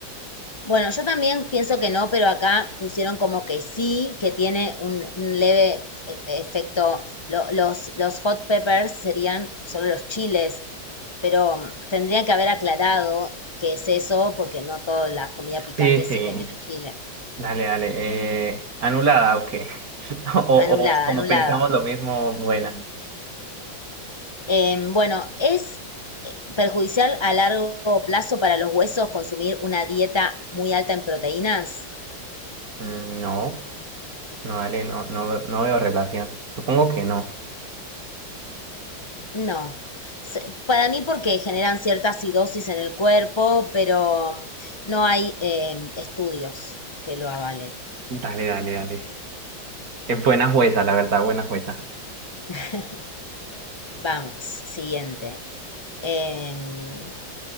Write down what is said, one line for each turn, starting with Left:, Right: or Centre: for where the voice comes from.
Left: Bueno, yo también pienso que no, pero acá pusieron como que sí, que tiene un un leve e- efecto. Lo- los, los hot peppers serían solo los chiles, pero mm, tendrían que haber aclarado qué es eso, porque no toda la comida picante
Right: Sí,
Left: siempre
Right: sí.
Left: tiene chile.
Right: Dale, dale. Eh, anulada, o qué <laughs> O,
Left: Anulada,
Right: o como
Left: anulada.
Right: pensamos lo mismo, buena.
Left: Eh, bueno, es eh, perjudicial a largo plazo para los huesos consumir una dieta muy alta en proteínas.
Right: Mm, no, no, dale, no, no, veo- no veo relación. Supongo que no.
Left: No. Para mí porque generan cierta acidosis en el cuerpo, pero no hay eh, estudios que lo avalen.
Right: Dale, dale, dale. Es buena jueza, la verdad, buena jueza.
Left: <laughs> Vamos, siguiente. Em,